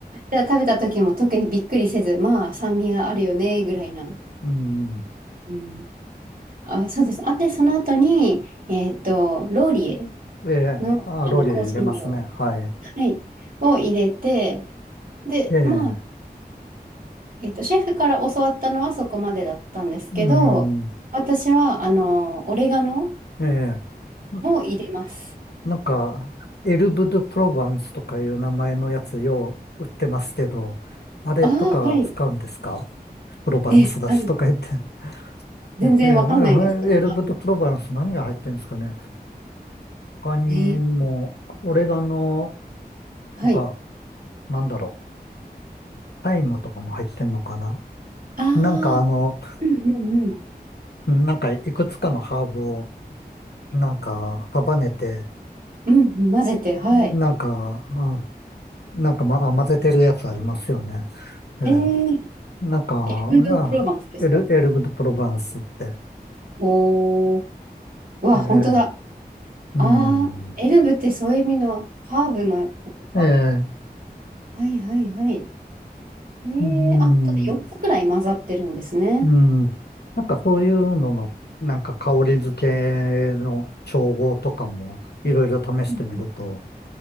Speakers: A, on the right (about 60°); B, on the left (about 75°).
A: ゃあ食べた時も特にびっくりせず、まあ、酸味があるよね、ぐらいな。
B: うん。
A: うん、あ、そうです。あ、で、その後に、えっと、ローリエ
B: ええ。
A: の、
B: あ、
A: あの、
B: ローリエ入れますね。
A: 香辛料。
B: はい。
A: はい。を入れて、で、
B: ええ。
A: まあ、えっと、シェフから教わったのはそこまでだったんですけど、
B: うん。
A: 私は、あの、オレガノ
B: ええ。な
A: も入れます。
B: なんか、エルブ・ドゥ・プロヴァンスとかいう名前のやつよう売ってますけど、あれとか使うんですか
A: ああ、はい。
B: プロヴァンスだしとか言って。
A: え、うん、全然わかんないです、
B: <laughs> え
A: そのハーブ。
B: え、<laughs> エルブ・ドゥ・プロヴァンス何が入ってるんですかね。他にも、
A: えー
B: オレガノ
A: はい。
B: とか、なんだろう。タイムとかも入ってんのかな
A: ああ、
B: なんかあの、
A: うんうんうん。
B: うんなんかいくつかのハーブをなんか束ねて、
A: うんうん、混ぜて、はい。
B: なんか、うんなんか、ま、あ混ぜてるやつありますよね。ええ。
A: えー、
B: なんか、
A: エルブ・ド・
B: あ、
A: プロヴァンスですか
B: エル、エルブ・ド・プロヴァンスって。
A: おー、うわ、
B: ええ。
A: 本当だ。
B: うん。
A: ああ、エルブってそういう意味のハーブのことか。
B: ええ。
A: はいはいはい。ええあ、
B: うん。
A: 本当で4つくらい混ざってるんですね。
B: うん。なんかそういうのの、なんか香り付けの調合とかもいろいろ試してみると、
A: うん